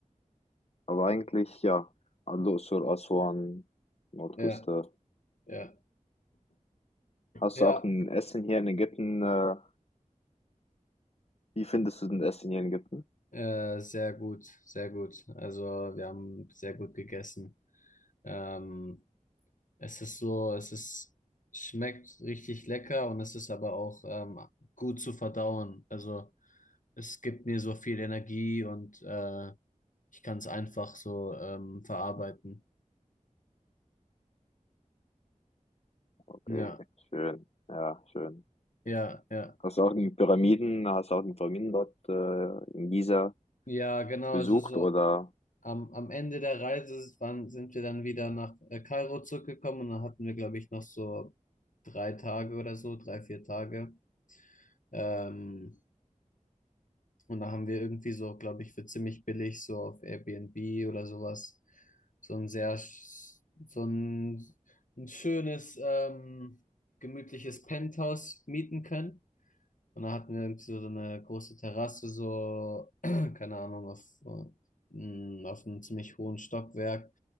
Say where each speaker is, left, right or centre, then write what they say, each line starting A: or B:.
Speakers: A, on the left; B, on the left.
A: aber eigentlich ja, Al-Dursur, Aswan, Nordküste.
B: Ja, ja,
A: Hast
B: ja,
A: du auch ein Essen hier in Ägypten? Äh, wie findest du denn Essen hier in Ägypten?
B: äh, sehr gut, sehr gut. Also wir haben sehr gut gegessen. Ähm, es ist so, es ist, schmeckt richtig lecker und es ist aber auch ähm, gut zu verdauen. Also es gibt mir so viel Energie und äh, ich kann es einfach so ähm, verarbeiten.
A: Okay,
B: Ja,
A: schön. Ja, schön.
B: ja, ja.
A: Hast du auch die Pyramiden, hast du auch die Pyramiden dort äh, in Giza
B: Ja, genau,
A: besucht
B: also so.
A: oder?
B: Am, am Ende der Reise waren, sind wir dann wieder nach äh, Kairo zurückgekommen und dann hatten wir, glaube ich, noch so drei Tage oder so, drei, vier Tage. Ähm, und da haben wir irgendwie so, glaube ich, für ziemlich billig so auf Airbnb oder sowas so ein sehr, sch- so ein, ein schönes, ähm, gemütliches Penthouse mieten können. Und da hatten wir irgendwie so eine große Terrasse, so, <clears throat> keine Ahnung, auf, mh, auf einem ziemlich hohen Stockwerk